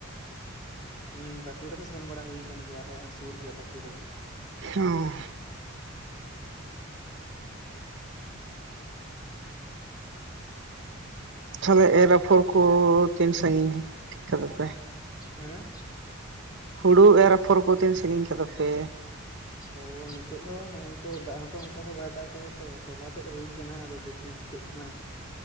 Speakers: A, on the left; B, on the right.
A: ᱦᱮᱸ ᱵᱟᱸᱠᱩᱲᱟ ᱫᱚ ᱥᱮᱱ ᱵᱟᱲᱟ ᱦᱩᱭ ᱟᱠᱟᱱ ᱜᱮᱭᱟ ᱟᱞᱮᱭᱟᱜ ᱥᱩᱨ ᱜᱮᱭᱟ ᱵᱟᱸᱠᱩᱲᱟ ᱫᱚ᱾
B: ᱚ ᱛᱟᱦᱚᱞᱮ ᱮᱨ ᱟᱯᱷᱚᱨ ᱠᱚ ᱛᱤᱱ ᱥᱟᱺᱜᱤᱧ ᱠᱟᱫᱟᱯᱮ?
A: ᱦᱮᱸ
B: ᱦᱩᱲᱩ ᱮᱨ ᱟᱯᱷᱚᱨ ᱠᱚ ᱛᱤᱱ ᱥᱟᱺᱜᱤᱧ ᱠᱟᱫᱟᱯᱮ?
A: ᱚ ᱱᱤᱛᱳ ᱫᱚ ᱱᱚᱜᱼᱚᱭ ᱛᱚ ᱫᱟᱜ ᱦᱚᱸᱛᱚ ᱚᱱᱠᱟ ᱫᱚ ᱵᱟᱭ ᱫᱟᱜ ᱟᱠᱟᱫᱟ ᱛᱚ, ᱛᱚᱞᱟ ᱛᱮᱫ ᱦᱩᱭ ᱠᱟᱱᱟ ᱟᱫᱚ ᱫᱮᱠᱷᱤ ᱪᱤᱠᱟᱹᱜ ᱠᱟᱱᱟ